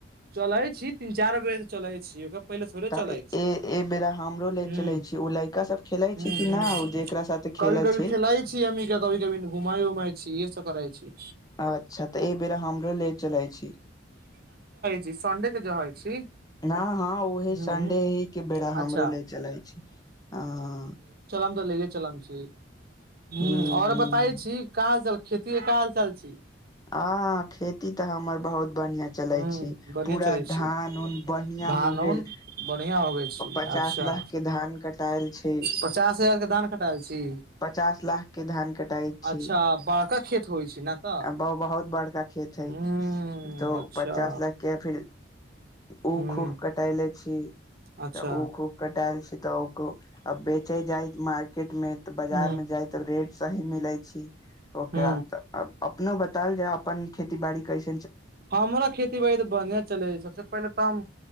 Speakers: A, on the right (about 50°); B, on the left (about 20°).
A: चलैय छी तीन चारि बजे चलै छी ओकर पहिले थोड़े
B: तऽ
A: चलैइ छैइ
B: ए ए बेरा हमरो ले
A: हूं
B: चले छी ओ लड़का सब खेले
A: हूं
B: छी कि
A: हूं
B: न जेकरा साथे खेले
A: कभी कभी
B: छी
A: खेलइ छी हमनी के कभी कभी घुमई उमई छी एहे स करई छी
B: अच्छा तऽ ऐ बेेर हमरो ले चलैइ छी
A: जी सन्डे के जाई छी
B: हां हां ओहे
A: हूँ
B: संडेही के बेड़ा हमरो
A: अच्छा
B: ले चलइछी हां
A: ले के चलम छी ह
B: हूँ
A: आओर
B: हूँ
A: बताय छी क हाल खेती क हाल चाल छी
B: हां खेती तऽ हमर बहुत बन्हिआ चलैइ
A: ह
B: छी
A: बढ़िया
B: पूरा
A: चलै
B: धान
A: छी
B: ऊन बढ़िया
A: धान
B: हो गेल
A: उन बढ़िया होगै छी
B: पचास
A: अच्छा
B: लाख के धान कट दायल छैइ
A: पचास हजार के धान कटाएल छी
B: पचास लाख के धान कटाई छी
A: अच्छा बड़का खेत होइ छै ने तऽ
B: आ बह बहुत बड़का खेत है
A: ह
B: त
A: अच्छा
B: पचास लाख के फिर ओ
A: ह
B: खूह कटएले छी
A: अच्छा
B: तऽ ओ खूह कटाएल छी तऽ ओ क बेचे जाय मार्केट में तऽ बजार
A: ह
B: में जाय त रेट सही मिलैइ छी ओकरा
A: ह
B: तऽ अपनो बतायल जाय अपन खेती बाड़ी कैसे
A: हमरा खेती बाड़ी तऽ बढ़िआँ चलैइ हइ सबसे पहिले तऽ हम